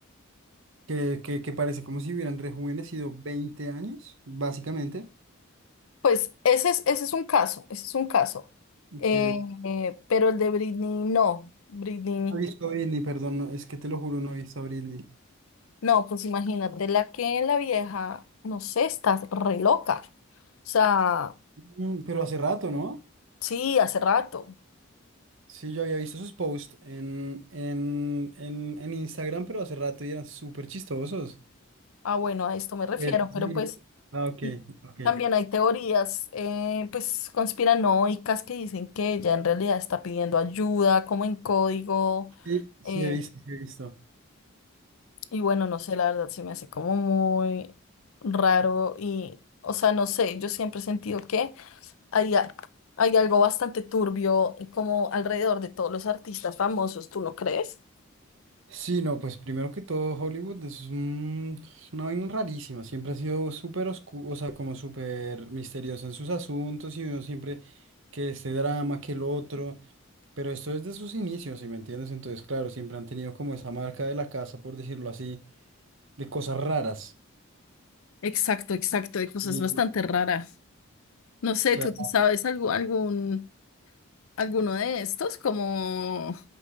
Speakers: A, on the right; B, on the left.
A: que, que, que parece como si hubieran rejuvenecido 20 años, básicamente.
B: Pues ese es, ese es un caso, ese es un caso.
A: Ok.
B: Eh, eh, pero el de Britney no, Britney
A: No he visto a Britney, perdón, no, es que te lo juro, no he visto a Britney.
B: no, pues imagínate la que la vieja, no sé, está re loca. O sea,
A: Mm, Pero hace rato, ¿no?
B: sí, hace rato.
A: Sí, yo había visto sus posts en, en, en, en Instagram, pero hace rato y eran súper chistosos.
B: Ah, bueno, a esto me refiero,
A: De- Sí.
B: pero pues
A: Ah, ok,
B: y
A: ok.
B: también hay teorías, eh, pues conspiranoicas que dicen que ella en realidad está pidiendo ayuda, como en código,
A: Sí, sí
B: eh,
A: he visto, sí he visto.
B: Y bueno, no sé, la verdad se me hace como muy raro y, o sea, no sé, yo siempre he sentido que hay, a- hay algo bastante turbio como alrededor de todos los artistas famosos, ¿tú no crees?
A: Sí, no, pues primero que todo, Hollywood es, un- es una vaina rarísima. Siempre ha sido súper oscuro, o sea, como súper misteriosa en sus asuntos y uno siempre que este drama, que el otro. Pero esto es de sus inicios, si me entiendes? Entonces, claro, siempre han tenido como esa marca de la casa, por decirlo así, de cosas raras.
B: Exacto, exacto, hay cosas
A: Y,
B: bastante
A: o
B: raras. No sé,
A: sea,
B: ¿tú te sabes algo, algún, alguno de estos? Como,